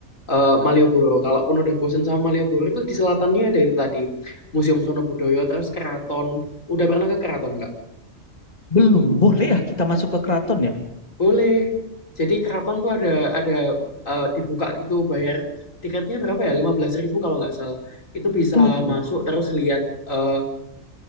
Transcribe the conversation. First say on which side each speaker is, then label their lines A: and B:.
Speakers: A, on the left (about 85°); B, on the left (about 30°).
A: eh, Malioboro. Kalaupun udah bosen sama Malioboro itu di selatannya ada itu tadi Museum Sono Budoyo terus Keraton. Udah pernah ke Keraton nggak?
B: Belum, boleh ya kita masuk ke keraton ya?
A: Boleh. Jadi keraton tuh ada ada eh, dibuka gitu bayar tiketnya berapa ya? lima belas ribu kalau nggak salah. Itu bisa
B: Tunggu, tunggu.
A: masuk Oh. terus lihat eh,